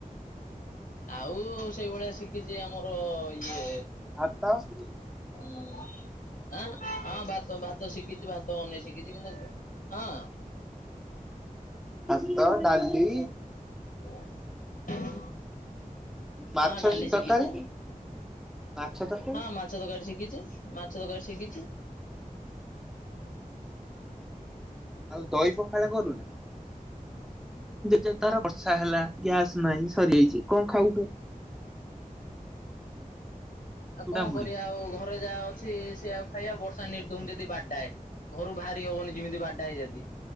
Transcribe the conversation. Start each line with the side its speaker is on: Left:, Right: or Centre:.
Left: ଆଉ ସେଇଭଳିଆ ଶିଖିଛି ଆମର ଇଏ
Centre: ହାତ ତ
Left: ହଁଁ ଆଁ ହଁ ଭାତ ଭାତ ଶିଖିଛି ଭାତ ତମ ନେଇ ଶିଖିଛି କିନ୍ତୁ ହଁ।
Centre: ହାତ, ଡାଲି
Left: <unintelligible>
Centre: ମାଛ
Left: ହଁ ଡାଲି
Centre: ତରକାରୀ
Left: ଶିଖିଛି
Centre: ମାଛ ତରକାରୀ
Left: ହଁ ମା ଛ ତରକାରୀ ଶିଖିଛି ମାଛ ତରକାରୀ ଶିଖିଛି।
Centre: ଆଉ ଦହି ପଖାଳ କରୁନା। ଜେ ଧର ବର୍ଷା ହେଲା ଗ୍ୟାସ ନାଇଁ ସରିଯାଇଛି କଣ ଖାଉ?
Left: ଆଉ
Centre: ଚୁଡା
Left: କଣ
Centre: ମୁଢି
Left: କରିବା ଆଉ ଘରେ ଯାହା ଅଛି ସେୟା ଖାଇବା ବର୍ଷା ନିର୍ଦ୍ଧୁମ ଯଦି ବାଡାଏ। ଘରୁ ବାହାରି ହବନି ଯେମିତି ବାଡାଏ ଯଦି।